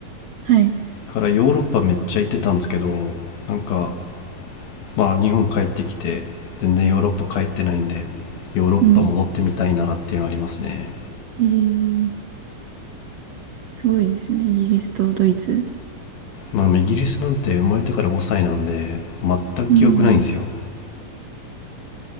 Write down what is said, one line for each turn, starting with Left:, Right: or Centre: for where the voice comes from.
Right: はい。
Left: からヨーロッパめっちゃ行ってたんですけどなんかまあ日本帰ってきて全然ヨーロッパ帰ってないんでヨーロッパ戻ってみたいなっていうのはありますね
Right: うん。えー、すごいですね。イギリスとドイツ。
Left: まあ、イギリスなんて生まれてから5歳なんで全く記憶ないんですよ
Right: うん。